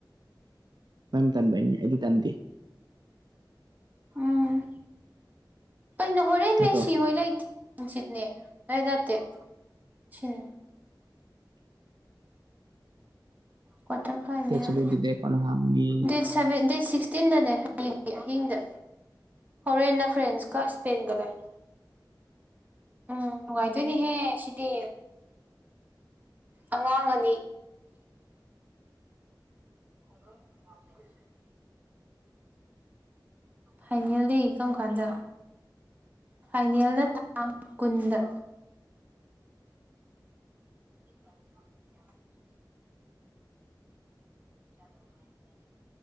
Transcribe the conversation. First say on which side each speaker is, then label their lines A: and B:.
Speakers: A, on the right; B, on the right.
A: ꯅꯪ ꯇꯟꯕꯩꯅꯦ ꯑꯩꯗꯤ ꯇꯟꯗꯦ
B: ꯎꯝ ꯄꯩꯅꯣ ꯍꯣꯔꯦꯟ
A: ꯅꯠꯇ꯭ꯔꯣ
B: ꯃꯁꯤ ꯍꯣꯏ ꯂꯩꯇꯤ ꯅꯨꯡꯆꯤꯠꯅꯦ ꯅ ꯅꯠꯇꯦ ꯁꯤꯅꯤ ꯀ꯭ꯋꯥꯇꯔ ꯐꯥꯏꯅꯦꯜ
A: ꯗꯦꯠ ꯁꯚꯦꯟꯗꯨꯗꯤ ꯀꯣꯟꯅ ꯍꯥꯡꯉꯅꯤ
B: ꯗꯦꯠ ꯁꯚꯦꯟ ꯗꯦꯠ ꯁꯤꯛꯁꯇꯤꯟꯗꯅꯦ ꯍꯌꯦꯡ ꯑꯍꯤꯡꯗ ꯍꯣꯔꯦꯟꯅ ꯐ꯭ꯔꯦꯟꯁ ꯀ ꯁꯄꯦꯟꯒ ꯂꯩ ꯎꯝ ꯅꯨꯡꯉꯥꯏꯗꯣꯏꯅꯦꯍꯦ ꯁꯤꯗꯤ ꯑꯉꯥꯡ ꯑꯅꯤ <unintelligible> ꯐꯥꯏꯅꯦꯜꯗꯤ ꯀꯔꯝ ꯀꯥꯟꯗ ꯐꯥꯏꯅꯦꯜꯅ ꯇꯥꯡ ꯀꯨꯟꯗ ꯀ <unintelligible> ꯗꯔꯃꯌꯔꯤ